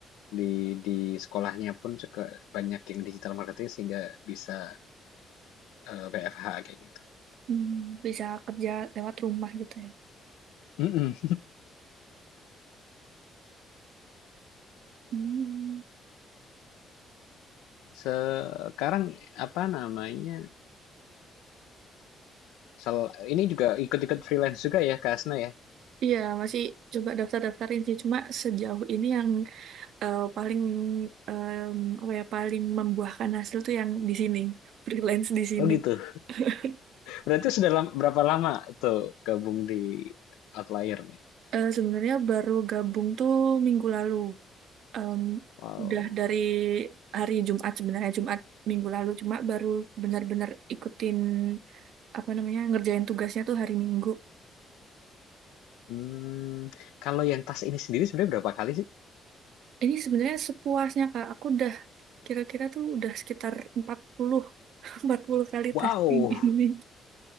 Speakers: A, on the left; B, on the right.
A: di di sekolahnya pun juga banyak yang digital marketing sehingga bisa eh, WFH kayak gitu.
B: Hmm, Bisa kerja lewat rumah gitu ya.
A: Mm-mm.
B: Hmm.
A: Sekarang apa namanya? Sel- ini juga ikut-ikut freelance juga ya, Kak Asna ya?
B: Iya, masih coba daftar-daftarin sih. Cuma sejauh ini yang eh, paling em, apa ya, paling membuahkan hasil tuh yang di sini, freelance di sini.
A: Oh gitu.
B: <laughs>
A: Berarti sudah lam- berapa lama tuh gabung di Outlier nih?
B: Eh, sebenarnya baru gabung tuh minggu lalu. em,
A: Wow.
B: udah dari hari Jumat sebenarnya Jumat minggu lalu cuma baru benar-benar ikutin apa namanya ngerjain tugasnya tuh hari Minggu.
A: Hmm, kalau yang tas ini sendiri sebenarnya berapa kali sih?
B: Ini sebenarnya sepuasnya Kak. Aku udah kira-kira tuh udah sekitar empat puluh <laughs> 40 kali
A: Wow,
B: testing ini.